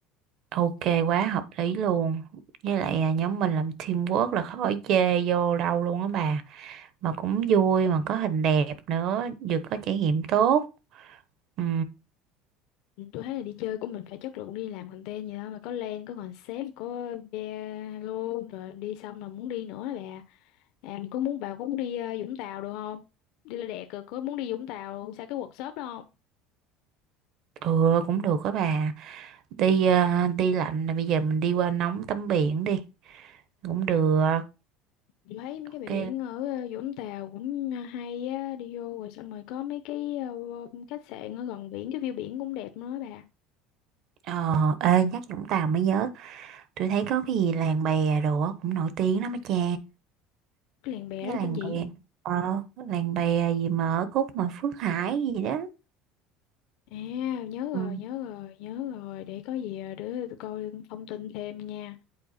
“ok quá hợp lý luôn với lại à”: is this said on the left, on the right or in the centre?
Right